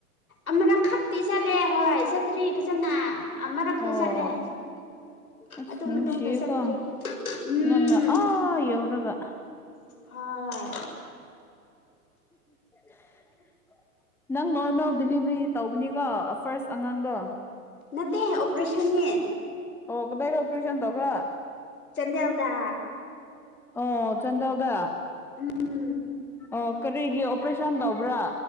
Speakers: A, on the left (about 65°); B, in the centre.
A: ꯑꯃꯅꯛ ꯈꯛꯇꯤ ꯆꯠꯂꯦ ꯍꯣꯏ ꯆꯠꯇ꯭ꯔꯤ ꯐꯖꯅ ꯑꯃꯔꯛꯇꯤ
B: ꯑꯣ
A: ꯆꯠꯂꯦ
B: ꯑꯁ
A: ꯑꯗꯨ
B: ꯅꯨꯡꯁꯤꯌꯦꯀꯣ
A: ꯃꯇꯨꯡꯗ ꯆꯠꯇ꯭ꯔꯤ ꯎꯝ
B: ꯅꯪꯅ ꯑꯥ ꯌꯧꯔꯒ
A: ꯍꯥꯣꯏ
B: <inaudible> ꯅꯪ ꯅꯣꯔꯃꯦꯜ ꯗꯤꯂꯤꯚꯔꯤ ꯇꯧꯕꯅꯤꯀꯣ ꯐꯥꯔꯁ ꯑꯉꯥꯡꯗꯣ
A: ꯅꯠꯇ ꯑꯣꯄꯔꯦꯁꯟꯅꯦ
B: ꯑꯣ ꯀꯗ ꯑꯣꯄꯔꯁꯟ ꯇꯧꯕ꯭ꯔ
A: ꯆꯗ ꯌꯥꯎꯗ
B: ꯑꯣ ꯆꯟꯗꯧꯒ
A: ꯎꯝ
B: ꯑꯣ ꯀꯔꯤꯒꯤ ꯑꯣꯄꯔꯦꯁꯟ ꯇꯧꯕ꯭ꯔꯥ